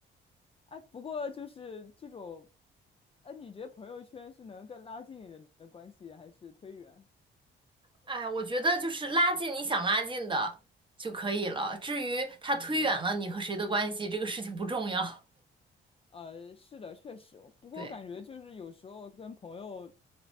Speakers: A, on the left (about 30°); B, on the right (about 25°).
A: 哎，不过就是这种，哎，你觉得朋友圈是能更拉近人的关系，还是推远？
B: 哎，我觉得就是拉近你想拉近的就可以了，至于他推远了你和谁的关系，
A: 嗯。
B: 这个事情不重要。
A: 呃，是的，确实。
B: <laughs>
A: 不过我感觉就是有时候跟朋友，
B: 对，